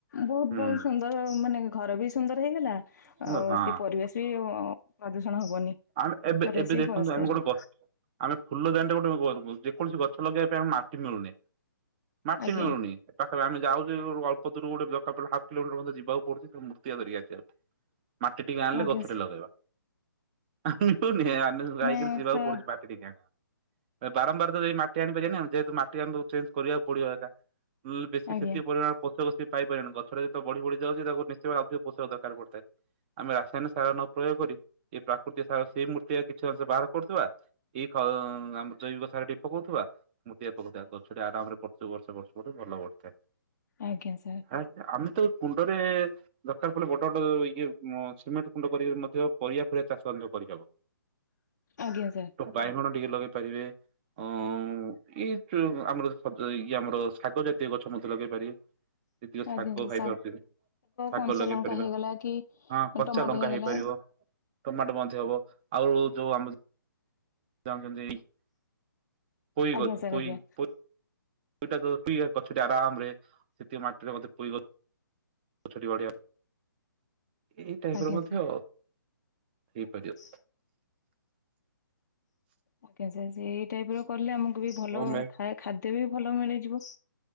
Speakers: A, on the left (about 55°); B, on the right (about 30°).
A: ବହୁତ
B: ହୁଁ।
A: ବହୁତ ସୁନ୍ଦର ମାନେ ଘର ବି ସୁନ୍ଦର ହେଇଗଲା
B: ସୁନ୍ଦର
A: ଆଉ
B: ହଁ
A: ସେ ପରିବେଶ ବି ପ୍ରଦୂଷଣ ହବନି।
B: ଆମେ ଏବେ
A: ପରିବେଶ
B: ଏବେ
A: ବି
B: ଦେଖନ୍ତୁ
A: ପରିଷ୍କାର
B: ଆମେ ଗୋଟେ
A: ରହିବ।
B: ଗ ଆମେ ଫୁଲଦାନିଟା ଗୋଟେ ଯେକୌଣସି ଗଛ ଲଗେଇବା ପାଇଁ ଆମେ ମାଟି ମିଳୁନି। ମାଟି
A: ଆଜ୍ଞା
B: ମିଳୁନି ପାଖରେ ଆମେ ଯାଉଛେ ଅଳପ ଦୂର ଗୋଟେ ହା୍ପ କିଲୋମିଟର ମଧ୍ୟ ଯିବାକୁ ପଡୁଛି। ଆ ଧରିକି ଆ ମାଟି ଟିକେ ଆଣିଲେ
A: ଆଜ୍ଞା
B: ଗଛ ଟେ ଲଗେଇବା। ଆ ଯାଇକିରି
A: ନାଇଁ
B: ଯିବାକୁ
A: ସାର୍
B: ପଡୁଛି ମାଟି ଟିକେ ଆଣିବା ବାରମ୍ବାର ତ ଯ ମାଟି ଆଣିବା ଯେହେତୁ ମାଟି ଆଣକୁ ଚେଞ୍ଜ କରିବାକୁ ପଡିବ ଏକା ବେସି
A: ଆଜ୍ଞା
B: ସେତିକି ପରିମାଣ ପୋଷକ ପାଇପାରିବନି ଗଛଟା ତ ବଢି ବଢି ଯାଉଛି ତାକୁ ନିଶ୍ଚୟ ଅ ପୋଷକ ଦରକାର ପଡିଥାଏ ଆମେ ରାସାୟନିକ ସାର ନ ପ୍ରୟୋଗ କରି ଏଇ ପ୍ରାକୃତିକ ସାର୍ ସେଇ ମୂର୍ତ୍ତି କିଛି ବାହାର କରୁଥିବା ଏଇ ଆମ ଖ ଜୈବିକ ସାର ଟିକେ ପକଉଥିବା। ମୃତ୍ତିକା ପକଉଥିବା ଗଛଟି ଆରାମରେ ବର୍ଷକୁ ବର୍ଷ ବର୍ଷ ଭଲ ବଢିଥାଏ।
A: ଆଜ୍ଞା ସାର୍।
B: ଆ ଆମେ ତ କୁଣ୍ଡରେ ଦରକାର ପଡିଲେ ବଡ ବଡ ଇଏ ସିମେଣ୍ଟ କୁଣ୍ଡ କରିକି ମଧ୍ୟ ପରିବା ଫରିଆ ଚାଷ ମଧ୍ଯ କରିହେବ।
A: ଆଜ୍ଞା ସାର୍।
B: ବାଇଗଣ ଟିକେ ଲଗେଇ ପାରିବେ? ଅ ଏଇ ଆମର ଖତ ଦେଇକି ଇଏ ଆମର ଶାଗ ଜାତୀୟ ଗଛ ମଧ୍ୟ ଲଗେଇ ପାରିବ। <unintelligible> ଯେତିକ ଶାଗ
A: ଆଜ୍ଞା ସାର୍
B: ଖାଇପାରୁଛନ୍ତି ଶାଗ
A: କଞ୍ଚା
B: ଲଗେଇ
A: ଲଙ୍କା
B: ପାରିବା
A: ହେଇଗଲା କି
B: ହଁ କଚା
A: ଟମାଟୋ
B: ଲଙ୍କା
A: ହେଇଗଲା
B: ହେଇପାରିବ। ଟମାଟୋ ମଧ୍ୟ ହବ ଆଉ ଯୋଉ ଆମ <inaudible> ପଇ
A: ଆଜ୍ଞା
B: ଗଛ
A: ସାର୍
B: ପଇ
A: ଆଜ୍ଞା
B: ପ ସେଇଟା କୁ ପି ଗଛଟି ଆରାମ ରେ ସେଥିରେ ମାଟିରେ ମଧ୍ୟ ପୋଇ ଗ ଛ ଟି ବଢିଆ ଏଇ ଟାଇପ୍
A: ଆଜ୍ଞା
B: ମଧ୍ୟ ହେଇପାରିବ।
A: ହ ଆଜ୍ଞା ସାର ସେଇ ଟାଇପ୍ ର କଲେ ଆମକୁ ବି ଭଲ
B: ହଁ ମେ
A: ଖା ଖାଦ୍ୟ ବି ଭଲ ମିଳିଯିବ।